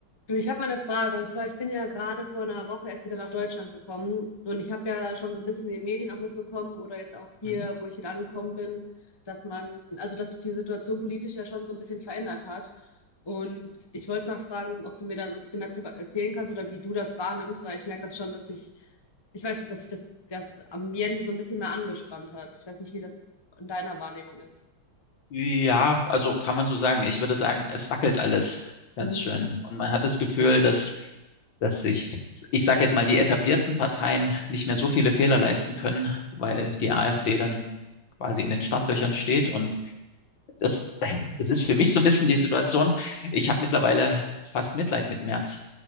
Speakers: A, on the left (about 25°); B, on the left (about 65°).
A: Du, ich habe mal eine Frage. Und zwar, ich bin ja gerade vor einer Woche erst wieder nach Deutschland gekommen. Und ich habe ja schon so ein bisschen in den Medien auch mitbekommen oder jetzt auch hier,
B: Mhm.
A: wo ich wieder angekommen bin, dass man, also dass sich die Situation politisch ja schon so ein bisschen verändert hat. Und ich wollte mal fragen, ob du mir da so ein bisschen mehr zu be- erzählen kannst oder wie du das wahrnimmst, weil ich merke das schon, dass ich, ich weiß nicht, dass sich das, das Ambiente so ein bisschen mehr angespannt hat. Ich weiß nicht, wie das in deiner Wahrnehmung ist.
B: Ja, also kann man so sagen. Ich würde sagen, es wackelt alles ganz
A: Mhm.
B: schön. Und man hat das Gefühl, dass, dass sich, ich sage jetzt mal, die etablierten Parteien nicht mehr so viele Fehler leisten können, weil die AfD dann quasi in den Startlöchern steht und das, das ist für mich so ein bisschen die Situation. Ich habe mittlerweile fast Mitleid mit Merz,